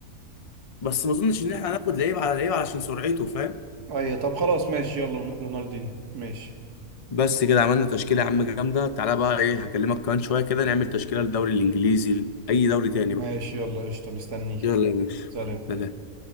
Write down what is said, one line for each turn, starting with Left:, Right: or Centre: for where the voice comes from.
Left: بس ما اظنش ان احنا هناخد لعيب على لعيب علشان سرعته فاهم
Right: اي طب خلاص ماشي يلا رونالدينيو ماشي
Left: بس كده عملنا تشكيلة يا عم جامدة تعالى بقى ايه هكلمك كمان شوية كده نعمل تشكيلة للدوري الانجليزي اي دوري تاني
Right: ماشي
Left: بقى
Right: يلا قشطة مستنيك
Left: يلا يا باشا
Right: سلام
Left: سلام.